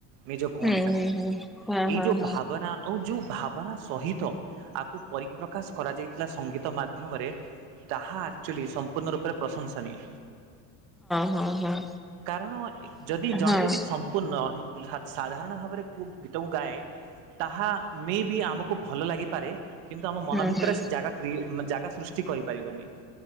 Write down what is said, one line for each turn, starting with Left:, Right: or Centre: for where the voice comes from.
Right: ନିଜ ଭଉଣୀ
Centre: ହୁଁ
Right: ପାଇଁ
Centre: ହୁଁ ହୁଁ ହଁ
Right: ଏଇ ଯୋଉ
Centre: ହଁ
Right: ଭାବନା ଆଉ ଯୋଉ ଭାବନା ସହିତ ଆକୁ ପରିପ୍ରକାଶ କରାଯାଇଥିଲା ସଙ୍ଗୀତ ମାଧ୍ୟମରେ। ତାହା ଆକ୍ଚୁଆଲି ସମ୍ପୂର୍ଣ୍ଣ ରୂପେ ପ୍ରଶଂସନୀୟ।
Centre: ହଁ ହଁ
Right: କାରଣ ଯଦି ଜଣିଲେ
Centre: ହଁ ହଁ।
Right: ସମ ମ୍ପୁର୍ଣ ଉଁ ସା ସାଧାରଣ ଭାବରେ କୋଉ ଗୀତକୁ ଗାଏ ତାହା ମେ ବି ଆମକୁ ଭଲ ଲାଗି ପାରେ କିନ୍ତୁ ଆମ ମନ
Centre: ହଁ
Right: ଭିତରେ
Centre: ହୁଁ
Right: ସେ ଜାଗା କ୍ରିଏ ଜାଗା ସୃଷ୍ଟି କରିପାରିବନି।